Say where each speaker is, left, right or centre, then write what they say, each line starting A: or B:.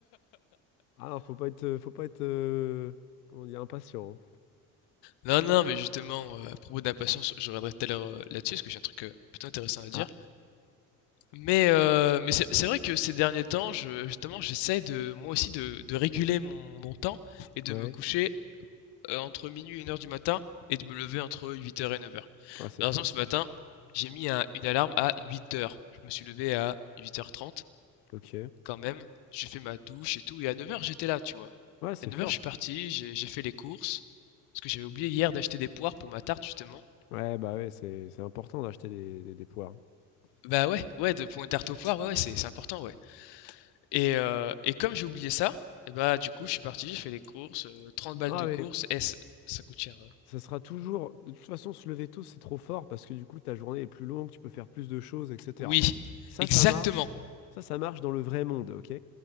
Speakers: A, on the left; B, on the left.
A: Ah non, faut pas être, euh, faut pas être, euh, comment dire, impatient. hein.
B: Non, non, mais justement, euh, à propos d'impatience, je reviendrai tout à l'heure euh, là-dessus, parce que j'ai un truc euh, plutôt intéressant à dire.
A: Ah,
B: Mais, euh, mais c'est c'est vrai que ces derniers temps, je, justement, j'essaie de moi aussi de, de réguler mon, mon temps et de
A: ouais.
B: me coucher euh, entre minuit et une heure du matin et de me lever entre huit heures et neuf heures.
A: Ah, c'est
B: Par
A: fort
B: exemple, ce
A: ça.
B: matin, j'ai mis un- une alarme à huit heures. Je me suis levé à huit heures trente.
A: Ok.
B: quand même. J'ai fait ma douche et tout. Et à neuf heures, j'étais là, tu vois.
A: Ouais, c'est
B: Et à neuf
A: fort.
B: heures, je suis parti, j'ai j'ai fait les courses. Parce que j'avais oublié hier d'acheter des poires pour ma tarte, justement.
A: Ouais, bah ouais, c'est, c'est important d'acheter des, des, des poires.
B: Bah ouais, ouais, de, pour une tarte aux poires, ouais, ouais, c'est c'est important, ouais. Et, heu et comme j'ai oublié ça, et bah, du coup, je suis parti, j'ai fait les courses, heu, 30 balles
A: Ah,
B: de
A: mais
B: courses. Eh, ç ça coûte cher, heu
A: ça sera toujours, de toute façon, se lever tôt, c'est trop fort parce que du coup, ta journée est plus longue, tu peux faire plus de choses, etc.
B: oui,
A: Ça,
B: exactement.
A: ça marche. Ça, ça marche dans le vrai monde, ok?